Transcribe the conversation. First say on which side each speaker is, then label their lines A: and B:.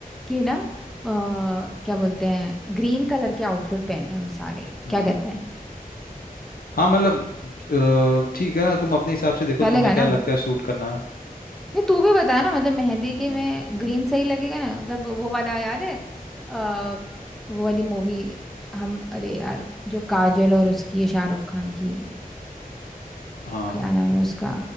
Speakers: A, in the centre; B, on the left (about 75°).
A: कि ना अ, क्या बोलते हैं ग्रीन कलर के आउटफिट पहने हम सारे
B: हम्म
A: क्या कहते हैं
B: हाँ मतलब अ, ठीक है ना तुम अपने हिसाब से देखो
A: चलेगा
B: तुम्हें क्या
A: ना
B: लगता है सूट करना
A: नहीं तू भी बता ना मतलब मेहंदी
B: हम्म
A: के में ग्रीन सही लगेगा ना मतलब वो वाला याद है आ, वो वाली मूवी हम अरे यार जो काजल और उसकी है शाहरुख खान की
B: हाँ
A: क्या नाम है उसका